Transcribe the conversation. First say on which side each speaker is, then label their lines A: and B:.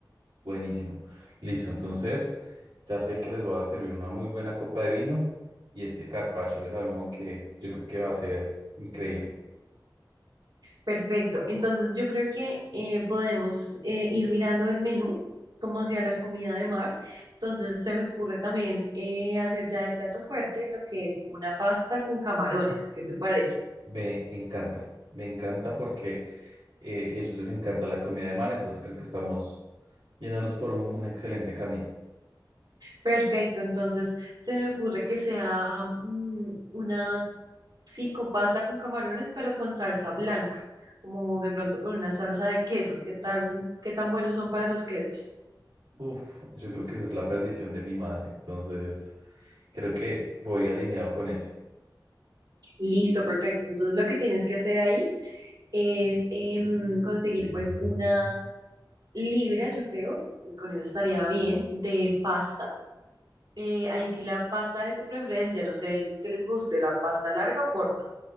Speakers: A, on the right; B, on the right.
A: Buenísimo. Listo, entonces ya sé que les voy a servir una muy buena copa de vino y este carpaccio de salmón que yo creo que va a ser increíble.
B: Perfecto. Entonces yo creo que eh, podemos eh, ir mirando el menú como hacia la comida de mar. Entonces se me ocurre también eh, hacer ya de plato fuerte lo que es una pasta con camarones. ¿Qué te parece?
A: Me encanta, me encanta porque eh, ellos les encanta la comida de mar, entonces creo que estamos yéndonos por un, un excelente camino.
B: Perfecto. Entonces se me ocurre que sea mm, una sí, con pasta con camarones, pero con salsa blanca, como de pronto con una salsa de quesos. ¿Qué tal, qué tan buenos son para los quesos?
A: Uf, yo creo que esa es la perdición de mi madre, entonces creo que voy alineado con eso.
B: Listo, perfecto. Entonces lo que tienes que hacer ahí es em, conseguir pues una libra, yo creo, con eso estaría bien, de pasta. Eh, ahí sí la pasta de tu preferencia, no sé, ellos que les guste, la pasta larga o corta.